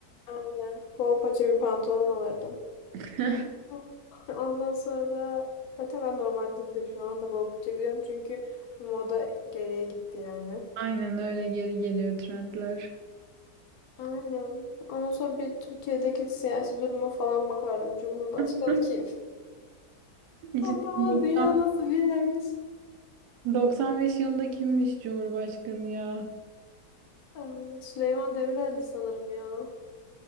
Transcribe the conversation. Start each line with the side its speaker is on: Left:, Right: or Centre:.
Left: aynen bol paça bir pantolon alırdım.
Right: <laughs>
Left: <laughs> Ondan sonra zaten ben normalde de şu anda bol paça giyiyorum çünkü moda geriye gitti yani.
Right: Aynen öyle geri geliyor trendler.
Left: Aynen. Ondan sonra bir Türkiye'deki siyasi duruma falan bakardım. Cumhurbaşkanı
Right: <laughs>
Left: kim? O
Right: Cidden
Left: zaman
Right: 90
Left: dünya nasıl bir yermiş?
Right: 95 yılında kimmiş Cumhurbaşkanı ya?
Left: Aa, Süleyman Demirel'di sanırım ya.